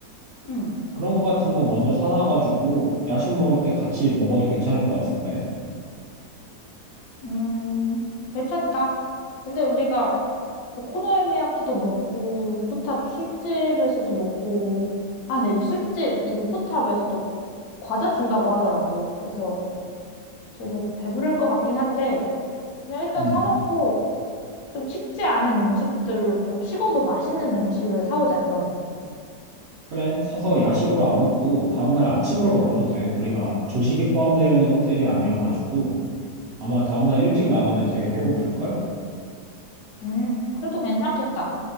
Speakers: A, on the left; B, on the right.
A: 응.
B: 그런 거 같은 거 먼저 사놔가지고 야식 먹을 때 같이 먹어도 괜찮을 것 같은데.
A: 음, 괜찮다. 근데 우리가 오코노미야키도 먹고 루프탑 술집에서도 먹고 아 근데 이 술집 이 루프탑에서도 과자 준다고 하더라고 그래서 되게 배부를 것 같긴 한데 그냥 일단
B: 음.
A: 사놓고 좀 식지 않은 음식들로 좀 식어도 맛있는 음식을 사오자 그러면
B: 그래. 사서 야식으로 안 먹고 다음날 아침으로 먹어도 돼. 우리가 조식이 포함되어 있는 호텔이 아니어가지고 아마 다음날 일찍 나가면 되게 배고플걸?
A: 음 그래도 괜찮겠다